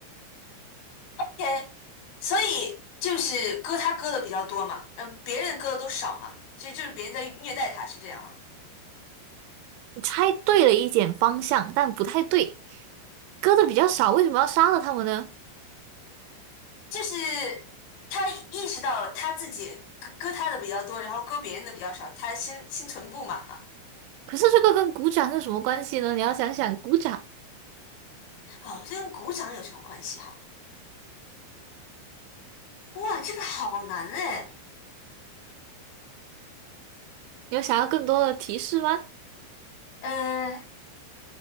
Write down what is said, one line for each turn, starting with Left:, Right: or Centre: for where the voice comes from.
Left: 天，所以就是割他割的比较多嘛，嗯、别人割的都少嘛，其实就是别人在虐待他，是这样吗？
Right: 你猜对了一点方向，但不太对。割的比较少，为什么要杀了他们呢？
Left: 就是他意识到他自己割割他的比较多，然后割别人的比较少，他心心存不满嘛。
Right: 可是这个跟鼓掌有什么关系呢？你要想想鼓掌，
Left: 哦，这跟鼓掌有什么关系哈？哇，这个好难哎。
Right: 你有想要更多的提示吗？
Left: 嗯，